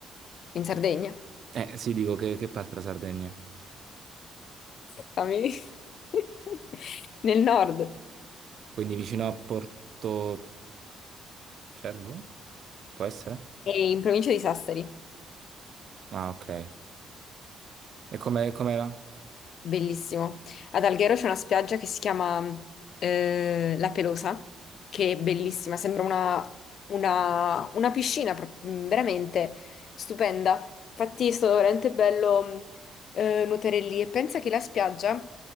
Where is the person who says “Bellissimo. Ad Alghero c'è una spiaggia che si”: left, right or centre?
Left